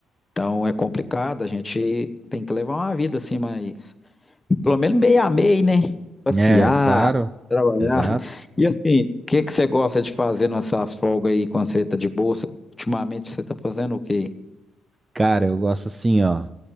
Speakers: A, on the left; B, on the right.
A: Então é complicado, a gente tem que levar uma vida assim, mas pelo menos meia a meio, né? Passear,
B: É, claro.
A: trabalhar.
B: Exato.
A: E assim, o que que você gosta de fazer nessas folgas aí quando você tá de bolsa? Ultimamente você tá fazendo o quê?
B: Cara, eu gosto assim, ó.